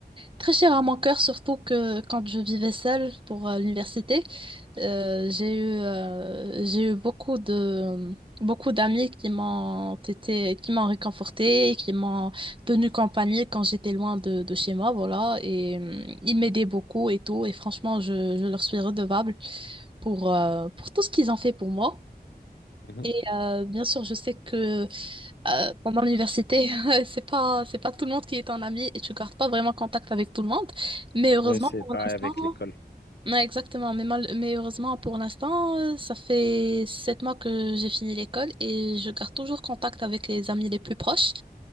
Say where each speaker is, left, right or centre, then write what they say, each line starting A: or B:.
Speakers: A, on the right (about 30°); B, on the left (about 85°).
A: Très cher à mon cœur, surtout que quand je vivais seule pour euh, l'université, euh, j'ai eu, euh, j'ai eu beaucoup de, beaucoup d'amis qui m'ont été, qui m'ont réconfortée, et qui m'ont tenu compagnie quand j'étais loin de, de chez moi, voilà. Et hum, ils m'aidaient beaucoup et tout. Et franchement, je, je leur suis redevable pour, euh, pour tout ce qu'ils ont fait pour moi.
B: Mhm.
A: Et euh, bien sûr, je sais que euh, pendant l'université, <laughs> c'est pas, c'est pas tout le monde qui est un ami et tu gardes pas vraiment contact avec tout le monde. Mais heureusement,
B: Ouais, c'est
A: pour
B: pareil
A: l'instant,
B: avec l'école.
A: ouais, exactement. Mais, mal- mais heureusement, pour l'instant, euh, ça fait sept mois que j'ai fini l'école et je garde toujours contact avec les amis les plus proches.